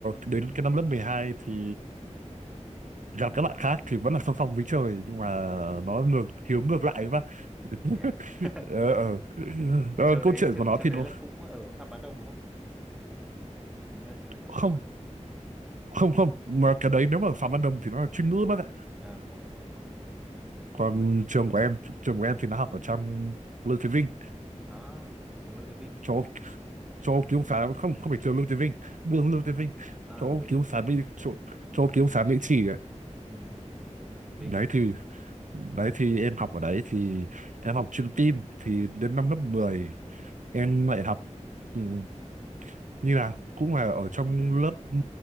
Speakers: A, on the right (about 85°); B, in the centre.
A: đến cái năm lớp 12 thì gặp các bạn khác thì vẫn là song song với trời nhưng mà nó ngược hiếu ngược lại mà <laughs>
B: thế à <laughs>
A: ờ, ờ. Ờ,
B: trường
A: câu
B: đấy
A: chuyện
B: trường
A: của nó
B: trường
A: thì
B: đấy
A: nó
B: là cũng ở Phạm Văn Đồng đúng không đúng không nhỉ mình nhớ trường đấy ở
A: không
B: Phạm Văn Đồng
A: không không mà cái đấy nếu mà Phạm Văn Đồng thì nó là chuyên ngữ bác ạ
B: à đúng rồi đúng rồi đúng rồi
A: còn
B: đúng đấy
A: trường của em trường của em thì nó học ở trong Lương Thế Vinh
B: à trường Lương Thế Vinh
A: chỗ chỗ ký túc xá không không phải trường Lương Thế Vinh đường Lương Thế Vinh
B: à
A: chỗ
B: đường
A: ký
B: Lương
A: túc xá Mỹ chỗ, chỗ ký túc xá Mỹ Trì ấy.
B: ừ, đường Lương Thế Vinh
A: đấy thì đấy thì em học ở đấy thì em học chuyên tin thì đến năm lớp 10 em lại học ừ, như là cũng là ở trong lớp ừ,